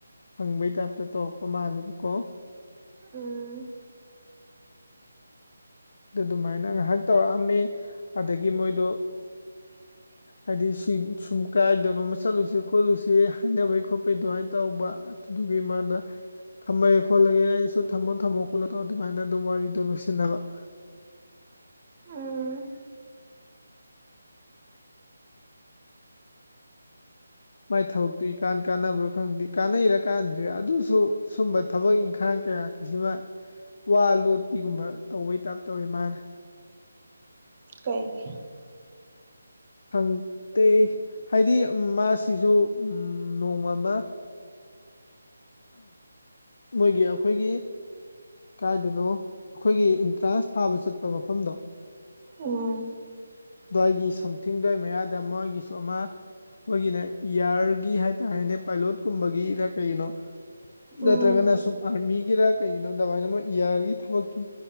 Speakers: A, on the left; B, on the right.
A: ꯍꯪꯕꯩ ꯇꯥꯏꯞꯇ ꯇꯧꯔꯛꯄ ꯃꯥꯜꯂꯦꯕꯀꯣ
B: ꯎꯝ
A: ꯑꯗꯨꯃꯥꯏꯅ ꯉꯥꯏꯍꯥꯛ ꯇꯧꯔꯛꯑꯝꯃꯤ ꯑꯗꯨꯗꯒꯤ ꯃꯣꯏꯗꯨ
B: <inaudible>
A: ꯍꯥꯏꯗꯤ ꯁꯨꯝ ꯀꯥꯏꯗꯅꯣꯃ ꯆꯠꯂꯨꯁꯤ ꯈꯣꯠꯂꯨꯁꯤ ꯍꯥꯏꯅꯕꯩ ꯈꯣꯠꯄꯩ ꯑꯗꯨꯃꯥꯏꯅ ꯇꯧꯕ ꯑꯗꯨꯒꯤ ꯃꯥꯅ ꯊꯝꯃꯒꯦ ꯈꯣꯠꯂꯒꯦꯅ ꯑꯩꯩꯅꯁꯨ ꯊꯝꯃꯣ ꯊꯝꯃꯣ ꯈꯣꯠꯂꯣ ꯇꯧꯣ ꯑꯗꯨꯃꯥꯏꯅ ꯑꯗꯨꯝ ꯋꯥꯔꯤꯗꯣ ꯂꯣꯏꯁꯤꯟꯅꯕ <inaudible>
B: ꯎꯝ
A: ꯃꯥꯏ ꯊꯕꯛꯇꯨ ꯏꯀꯥꯟ ꯀꯥꯟꯅꯕ꯭ꯔꯥ ꯈꯪꯗꯦ ꯀꯥꯟꯅꯩꯔ ꯀꯥꯟꯗ꯭ꯔꯦ ꯑꯗꯨꯁꯨꯌꯒꯌꯒ ꯍꯨ ꯁꯨꯝꯕ ꯊꯕꯛ ꯏꯪꯈꯥꯡ ꯀꯌꯥꯒꯤꯁꯤꯃ ꯋꯥ ꯂꯣꯠꯄꯤꯒꯨꯝꯕ ꯇꯧꯕꯩ ꯇꯥꯏꯞ ꯇꯧꯋꯦ ꯃꯥꯅ
B: ꯀꯩꯒꯤ
A: ꯈꯪ ꯇꯦ ꯍꯥꯏꯗꯤ ꯃꯥꯁꯤꯖꯨ ꯅꯣꯡꯃꯃ ꯃꯣꯏꯒꯤ ꯑꯈꯣꯏꯒꯤ ꯀꯥꯏꯗꯅꯣ ꯑꯩꯈꯣꯏꯒꯤ ꯑꯦꯟꯇ꯭ꯔꯥꯟꯁ ꯊꯥꯕ ꯆꯠꯄ ꯃꯐꯝꯗꯣ
B: ꯎꯝ
A: ꯑꯗꯨꯋꯥꯏꯒꯤ ꯁꯝꯊꯤꯡꯗ꯭ꯋꯥꯏ ꯃꯌꯥꯗ ꯃꯣꯏꯒꯤꯁꯨ ꯑꯃ ꯃꯈꯣꯏꯒꯤꯅꯦ ꯏꯌꯥꯔꯒꯤ ꯍꯥꯏꯇꯥꯔꯦꯅꯦ ꯄꯥꯏꯂꯣꯠꯀꯨꯝꯕꯒꯤꯅ ꯀꯩꯅꯣ
B: ꯎꯝ
A: ꯅꯠꯇ꯭ꯔꯒꯅ ꯁꯨꯝ ꯑꯥꯔꯃꯤꯒꯤꯔ ꯀꯩꯒꯤꯅꯣ ꯑꯗꯨꯃꯥꯏꯅ ꯑꯃ ꯏꯌꯥꯥꯔꯒꯤ ꯊꯕꯛꯀꯤ